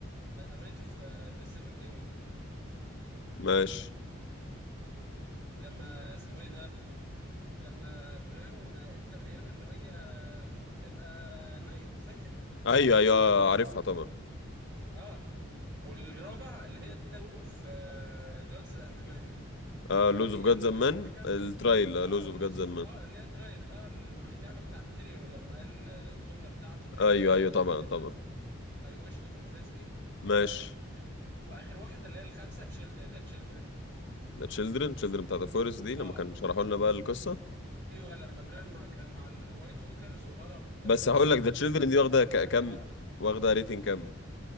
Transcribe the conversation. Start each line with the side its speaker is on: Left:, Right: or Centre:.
Right: نايت اوف ذا سيفن كينجدوم
Left: ماشي
Right: لما اسمه ايه لما بران ادى بريان اللي هي تبقى نايت فاكر
Left: ايوه ايوه عارفها طبعا
Right: اه والرابع اللي هي في جادز اند مان
Left: آه لوز
Right: اللي هي
Left: اوف جاد زمان
Right: المحكمة
Left: الترايل
Right: اه
Left: لوز
Right: لوسف
Left: اوف جاد زمان
Right: اه اللي هي ترايل اه المحكمة بتاعت تيريون لما قال آه، الجملة بتاعته اللي هي
Left: ايوه ايوه طبعا
Right: اسمه ايه ده
Left: طبعا
Right: I wish to confess دي
Left: ماشي
Right: آه. واخر واحدة اللي هي الخامسة ذا تشيلدرن
Left: ده تشيلدرن تشيلدرن بتاعت الفورست دي
Right: اه
Left: لما كانوا شرحوا لنا بقى القصة
Right: ايوه لما بران مع كان مع الوايت ووكرز وهرب
Left: بس
Right: آه،
Left: هقول لك
Right: اسمه
Left: ذا تشيلدرن
Right: ايه ده
Left: دي واخده ك-
Right: واريا
Left: كام
Right: هربت
Left: واخده ريتنج كام